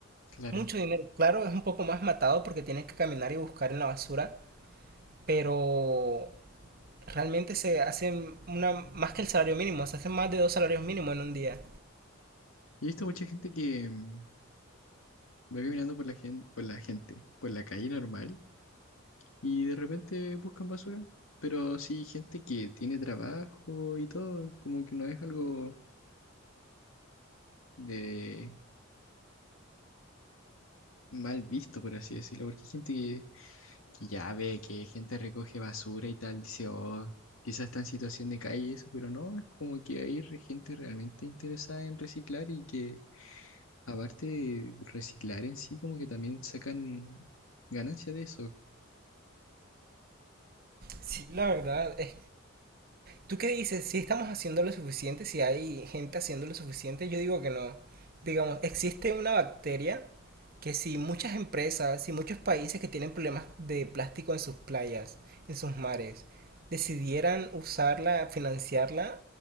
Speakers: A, on the left; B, on the right.
A: claro.
B: Mucho dinero. Claro, es un poco más matado porque tienes que caminar y buscar en la basura, pero realmente se hacen una, más que el salario mínimo, se hacen más de dos salarios mínimos en un día.
A: He visto mucha gente que mm, va caminando por la gente, por la gente, por la calle normal y de repente buscan basura. Pero sí, gente que tiene trabajo y todo, como que no es algo de mal visto, por así decirlo, porque hay gente que ya ve que gente recoge basura y tal, dice, oh, quizás está en situación de calle y eso, pero no, es como que hay re- gente realmente interesada en reciclar y que aparte de reciclar en sí, como que también sacan ganancia de eso.
B: Sí, la verdad, es ¿Tú qué dices? Si estamos haciendo lo suficiente, si hay gente haciendo lo suficiente, yo digo que no. Digamos, existe una bacteria que si muchas empresas, si muchos países que tienen problemas de plástico en sus playas, en sus mares, decidieran usarla, financiarla,